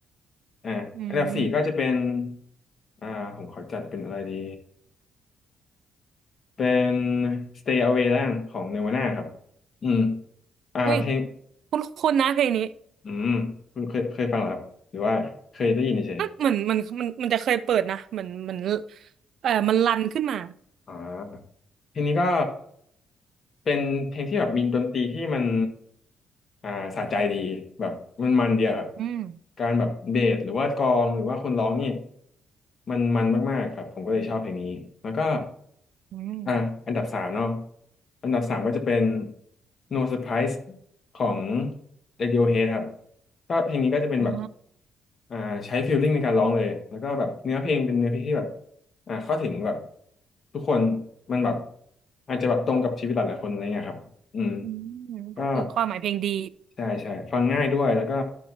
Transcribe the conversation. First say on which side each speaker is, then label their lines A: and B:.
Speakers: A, on the left (about 40°); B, on the right (about 65°).
A: อ่าอันดับสี่ก็จะเป็น
B: อืม
A: อ่าผมขอจัดเป็นอะไรดีเป็น Stay Away แล้วกันของ Nirvana ครับอืมอ่าเพลง
B: เฮ้ยคุ้นคุ้นนะเพลงนี้
A: อืมคุณเคยเคยฟังเหรอครับหรือว่าเคยได้ยินเฉย
B: มันเหมือนมันมันมันจะเคยเปิดนะเหมือนเหมือนเออมันรันขึ้นมา
A: อ่าเพลงนี้ก็เป็นเพลงที่แบบมีดนตรีที่มันอ่าสะใจดีแบบมันมันเดียวครับ
B: อืม
A: การแบบเบสหรือว่ากลองหรือว่าคนร้องนี่มันมันมากๆครับผมก็เลยชอบเพลงนี้แล้วก็
B: อืม
A: อ่าอันดับสามเนาะอันดับสามก็จะเป็น No Surprise ของ Radiohead ครับก็เพลงนี้ก็จะเป็นแบบ
B: อ๋อ
A: อ่าใช้ฟีลลิ่งในการร้องเลยแล้วก็แบบเนื้อเพลงเป็นเนื้อเพลงที่แบบอ่าเข้าถึงแบบทุกคนมันแบบอาจจะแบบตรงกับชีวิตหลายๆคนอะไรเงี้ยครับอืม
B: อืม
A: ก็
B: ก็คือความหมายเพลงดี
A: ใช่ใช่ฟังง่ายด้วยแล้วก็